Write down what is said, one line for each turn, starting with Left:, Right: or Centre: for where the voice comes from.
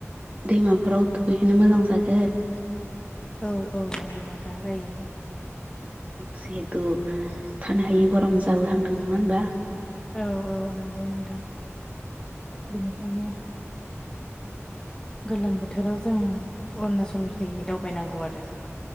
Right: दैमाफोराव दुगैहैनो मोजां जागोन
Left: औ औ नंगौ नोंथां जायो
Right: जिहेथु थानो हायि गरम जाबो हांदों नङा होनबा
Left: औ औ नंगौ नोंथां बेनिखायनो गोलोम बोथोराव जों अरुनाचलखैै दावबायनांगौ आरो